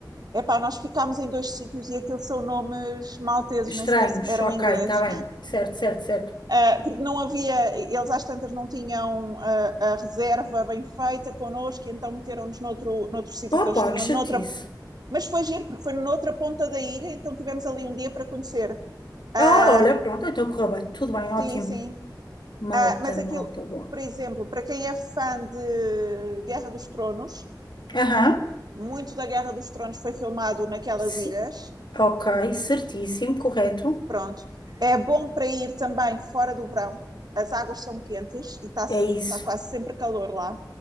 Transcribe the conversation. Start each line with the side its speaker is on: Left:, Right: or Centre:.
Right: epá, nós ficámos em dois sítios e aquilo são nomes malteses,
Left: Estranhos,
Right: nem sequer eram
Left: ok,
Right: ingleses.
Left: está bem. Certo, certo, certo.
Right: Uh, porque não havia, eles às tantas não tinham uh, a reserva bem feita connosco, e então meteram-nos noutro, noutro sítio que
Left: Opa,
Right: eles tinham,
Left: que
Right: noutra,
Left: chatice.
Right: mas foi giro, porque foi noutra ponta da ilha, então tivemos ali um dia para conhecer. Uh,
Left: Ah, olha, pronto, então correu bem. Tudo bem,
Right: sim,
Left: ótimo.
Right: sim.
Left: Malta,
Right: uh, mas aquilo,
Left: malta, boa.
Right: por exemplo, para quem é fã de Guerra dos Tronos,
Left: Aham.
Right: muito da Guerra dos Tronos foi filmado naquelas
Left: Sim.
Right: ilhas,
Left: Ok, certíssimo, correto.
Right: pronto. É bom para ir também fora do verão, as águas são quentes e está
Left: É isso.
Right: tá quase sempre calor lá.